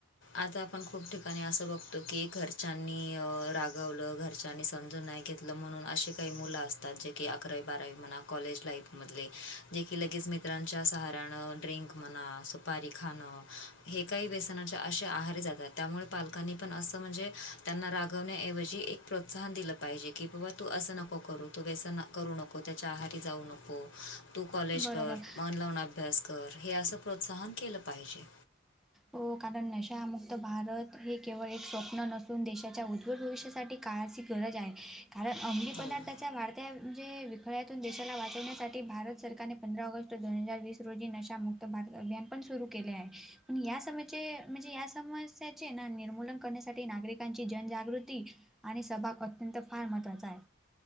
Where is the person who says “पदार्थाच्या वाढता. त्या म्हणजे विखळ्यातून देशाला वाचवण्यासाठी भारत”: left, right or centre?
Centre